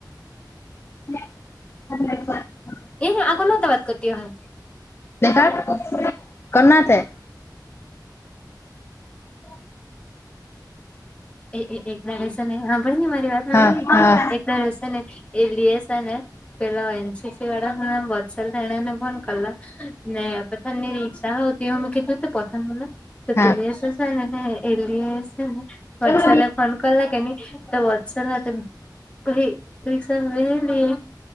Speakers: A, on the left (about 35°); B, on the left (about 15°).
A: <inaudible>
B: એ હુ! આ કોના સાથે વાત કરતી ‌ઓહે?
A: દેખાડ કોણ સે?
B: <inaudible> એ એક દહાડો સેને હાભર ની મારી વાતમાં
A: હા
B: હોભરની
A: હા
B: એક ના દાડો સેને એ લીએ સે ને પેલાવા એન છે પસી વાડામા વત્સલને એણે ફોન કરલો ને પથાનની રીક્સા હો હુતી અમે કીધું કે પથાન હુને તો
A: હા
B: તે દિવસે સેને હે એલી એ સેને વટસલે
A: આ
B: ફોન કરલો કે ની તો વટસલ ને તો પછી રીક્ષામાં બેહેલી